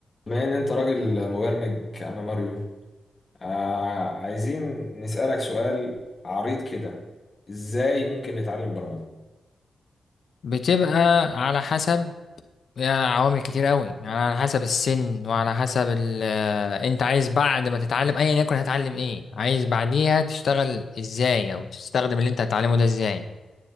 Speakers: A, on the left (about 25°); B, on the left (about 60°).
A: بما ان انت راجل مبرمج يا عم ماريو آه عايزين نسألك سؤال عريض كده ازاي ممكن نتعلم برمجة
B: بتبقى على حسب آه، عوامل كتير قوي يعني على حسب السن وعلى حسب ال... آه، انت عايز بعد ما تتعلم ايا يكن هتعلم ايه عايز بعديها تشتغل ازاي او تستخدم اللي انت هتتعلمه ده ازاي